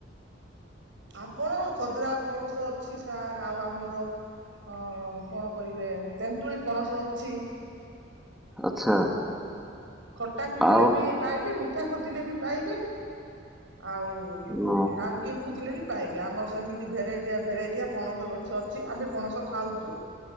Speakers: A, on the right; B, in the centre.
A: ଆପଣ ଖଜୁରା ପଣସ ଅଛି ସାର୍ ଆଉ ଆମର। ଅ କଣ କହିବେ ତେନ୍ତୁଳି ପଣସ ଅଛି।
B: ଆଚ୍ଛା।
A: ଖଟା ଖୋଜିଲେ
B: ଆଉ
A: ବି ପାଇବେ, ମିଠା ଖୋଜିଲେ ବି ପାଇବେ। ଆଉ
B: ଓ
A: ନାଉ କିନ ଖୋଜିଲେ ବି ପାଇବେ ଆମର ସେମିତି ଭେରାଇଟିଆ ଭେରାଇଟିଆ ପଣସ ଗଛ ଅଛି ଆମେ ପଣସ ଖାଉଛୁ।